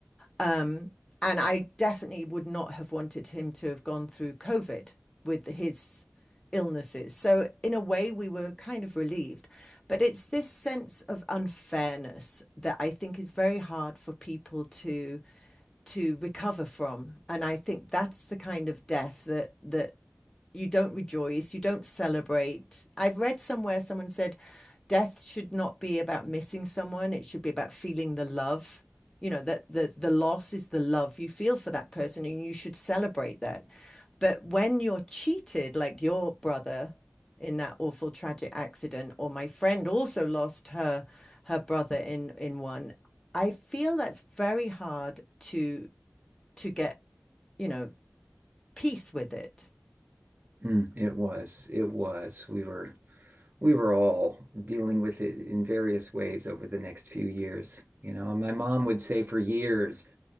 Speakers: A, on the left; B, on the right.
A: Um and I definitely would not have wanted him to have gone through COVID with his illnesses. So in a way we were kind of relieved. But it's this sense of unfairness that I think is very hard for people to to recover from. And I think that's the kind of death that that you don't rejoice, you don't celebrate. I've read somewhere someone said death should not be about missing someone, it should be about feeling the love. You know, that the the loss is the love you feel for that person and you should celebrate that. But when you're cheated, like your brother in that awful tragic accident, or my friend also lost her her brother in in one, I feel that's very hard to to get, you know, peace with it.
B: Mm, it was, it was. We were we were all dealing with it in various ways over the next few years. You know, my mom would say for years,